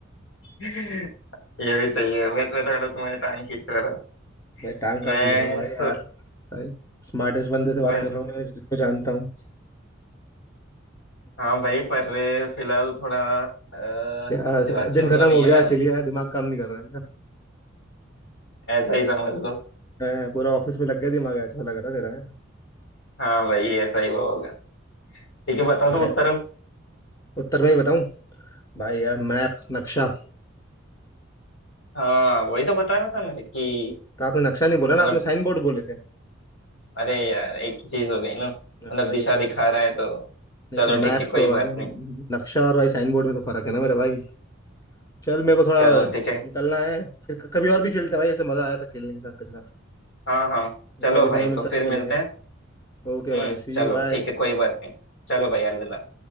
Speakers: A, on the left (about 65°); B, on the left (about 15°).
A: <laughs> ये भी सही है मैं मैं थोड़ा तुम्हारी टांग खींच रहा था
B: भाई टांग
A: मैं
B: कहाँ खींच रहा हूँ भाई
A: सो
B: यार भाई स्मार्टेस्ट बंदे से बात
A: मैं
B: कर
A: सो,
B: रहा हूँ मैं जिसको जानता हूँ
A: हाँ भाई पर फिलहाल थोड़ा अ,
B: क्या
A: दिमाग चल
B: दिन खत्म
A: रहा नहीं
B: हो
A: है
B: गया
A: मेरा
B: है, चलिए यार दिमाग काम नहीं कर रहा है क्या?
A: ऐसा ही समझ लो
B: हैं, पूरा ऑफिस में लग गया दिमाग अच्छा लग रहा है तेरा
A: हाँ भाई ऐसा ही वो होगा ठीक है बता
B: भाई
A: दो उत्तर अब
B: उत्तर भाई बताऊं भाई यार मैप नक्शा
A: हाँ वही तो बता रहा था मैं कि
B: तो आपने नक्शा नहीं बोला ना
A: मतलब
B: आपने साइन बोर्ड बोले थे
A: अरे यार एक ही चीज हो गई ना मतलब
B: भाई
A: दिशा
B: वो
A: दिखा
B: तो
A: रहा है तो
B: नहीं
A: चलो
B: तो मैप
A: ठीक है कोई
B: तो भाई
A: बात नहीं
B: नक्शा और भाई साइन बोर्ड में तो फर्क है ना मेरा भाई चल मेरे को थोड़ा
A: चलो ठीक है
B: निकलना है फिर क- कभी और भी खेलते हैं भाई ऐसे मजा आया था खेलने के साथ तेरे साथ
A: हाँ हाँ चलो
B: कभी
A: भाई
B: समय मिलता
A: तो फिर
B: है तो खेलेंगे
A: मिलते
B: ना
A: हैं
B: ओके
A: हम्म
B: भाई सी
A: चलो
B: यू बाय
A: ठीक है कोई बात नहीं चलो भाई अलविदा